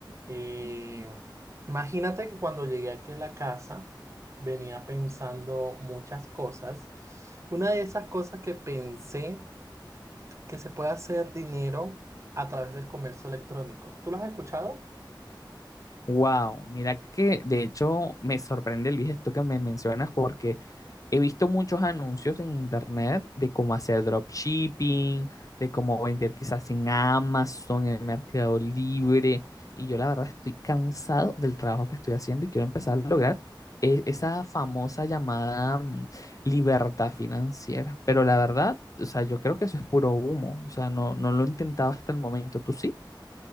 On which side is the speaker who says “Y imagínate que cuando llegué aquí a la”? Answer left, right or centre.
Right